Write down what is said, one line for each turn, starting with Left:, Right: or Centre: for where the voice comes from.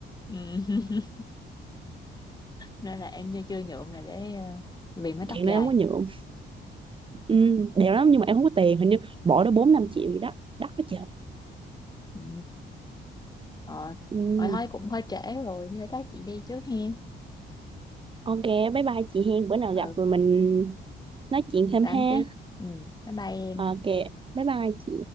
Left: ừ. <laughs> nên là em chưa nhuộm là để ờ, vì mái tóc
Right: chuyện này
Left: dài
Right: em không có nhuộm ừ, đẹp lắm nhưng mà em không có tiền hình như bỏ đó bốn năm triệu gì đó đắt quá trời
Left: ừ. Ờ,
Right: ừ.
Left: Rồi thôi cũng hơi trễ rồi, thì thôi chắc chị đi trước hen.
Right: ok bye bye chị hen bữa nào
Left: Ờ,
Right: gặp rồi mình nói chuyện
Left: mình
Right: thêm
Left: tám
Right: ha
Left: tiếp. Ừ, bye bye em.
Right: ok bye bye chị